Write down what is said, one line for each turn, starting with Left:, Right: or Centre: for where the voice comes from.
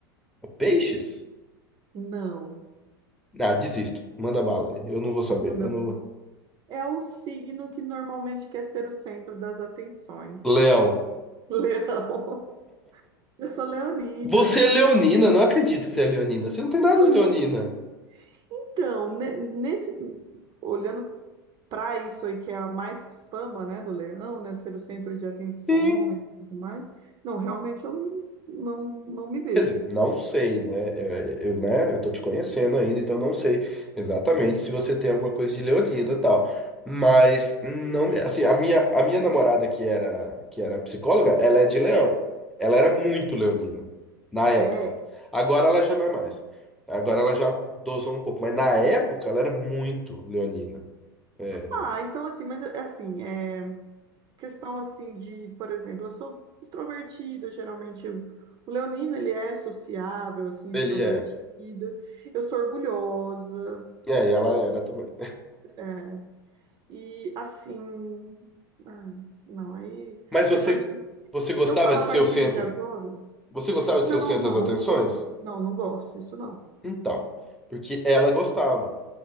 Centre: Peixes?
Right: Não.
Centre: Ah, desisto. Manda bala. Eu não vou saber.
Right: Não, dá-
Centre: Eu não
Right: não. É o signo que normalmente quer ser o centro das atenções.
Centre: Leão.
Right: Leão. <laughs> Eu sou leonina.
Centre: Você é leonina. Não acredito que você é leonina. Você não tem
Right: Eu
Centre: nada
Right: sou
Centre: de
Right: leonina.
Centre: leonina.
Right: Então, ne- nesse, olhando para isso aí que é a mais fama, né, do leão, né, ser o centro de atenção
Centre: Sim.
Right: e tudo mais. Não, realmente eu não, não, não me vejo.
Centre: Quer dizer, não sei, né? É, Eu, né? Eu tô te conhecendo ainda, então não sei exatamente se você tem alguma coisa de Leonina e tal. Mas hum, não, me- assim, a minha, a minha namorada que era que era psicóloga, ela é de Leão. Ela era muito leonina na época.
Right: É.
Centre: Agora ela já não é mais. Agora ela já dosou um pouco, mas na época ela era muito leonina. É,
Right: Ah, então assim, mas assim, é questão assim de, por exemplo, eu sou extrovertida, geralmente eu- o leonino ele é sociável, assim,
Centre: ele
Right: extrovertida.
Centre: é.
Right: Eu sou orgulhosa
Centre: É, e ela era também.
Right: é, e assim, ai, não, aí
Centre: Mas
Right: acho
Centre: você
Right: que a partir
Centre: você gostava
Right: se eu falar
Centre: de
Right: a
Centre: ser
Right: partir
Centre: o centro?
Right: de agora
Centre: Você gostava de
Right: Não,
Centre: ser o centro
Right: não,
Centre: das atenções?
Right: eu não, não, não gosto, isso não.
Centre: Então, porque ela gostava.